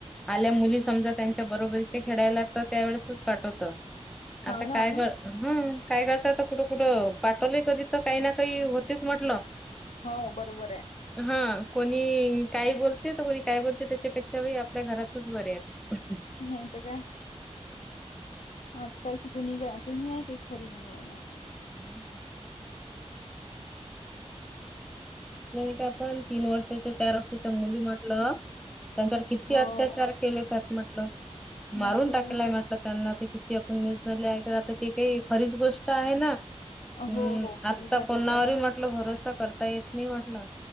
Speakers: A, in the centre; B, on the left.
A: आल्या मुली समजा, त्यांच्या बरोबरीचे खेळायला तर त्यावेेळेसच पाठवतो.
B: हो
A: आता
B: ना
A: काय
B: हो ना
A: बरं, हम्म, काय करतात कुठं- कुठं पाठवलंय. कधी तर काही ना काही होतेच म्हटल.
B: हो, बरोबर हाय.
A: हा कोणी काय बोलते, तर कोणी काय बोलते, त्याच्यापेक्षा आपल्या घरातच बरे आहेत. <unintelligible>
B: नाही तर काय, आजकालची दुनि दुनिया खरी नाही आहे ना,
A: <unintelligible> नाही का आपण तीन वर्षाच्या, चार वर्षाच्या मुली म्हटलं, त्याच्यावर किती
B: हो
A: अत्याचार केले जात म्हटलं, मारून
B: नाहीतर
A: टाकला
B: काय
A: म्हटलं त्यांना की, आपण न्यूज मधल्या ऐकायला, आता ती काही खरीच गोष्ट आहे ना, हम्म,
B: हो हो खरीच
A: आता
B: आहे
A: कोणावरही म्हटल भरोसा करता येत नाही म्हटल.